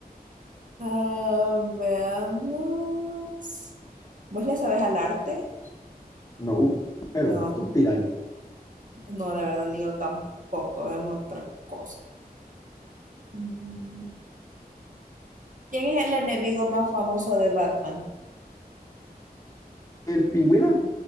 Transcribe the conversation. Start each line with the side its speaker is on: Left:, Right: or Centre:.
Right: Ah, veamos. ¿Vos le sabes al arte?
Left: no, pero
Right: No,
Left: tú tírala.
Right: no, la verdad, ni yo tampoco. Veamos otra cosa. Mm, ¿Quién es el enemigo más famoso de Batman?
Left: El pingüino,